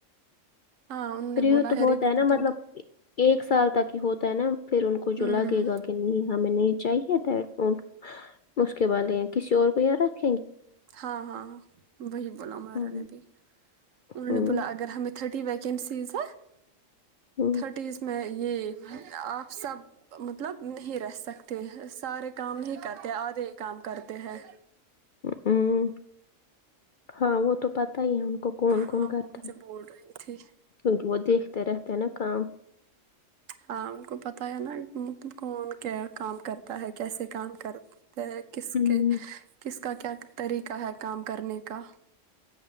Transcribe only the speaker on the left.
ریو
تو ہوتا
ہے
نا مطلب ایک سال تک کہ ہوتا ہے نا پھر ان کو
جو لگے گا کہ نہیں ہمیں نہیں چاہیے تھا ہیڈ فون اس کے والے کسی اور کو یہاں رکھ
ہوں
ہوں
ہوں
اوں ہاں وہ تو پتا ہی ہے ان کو کون
کون
کرتا
کیہ وہ دیکھتے رہتے ہیں نا کام
ہوں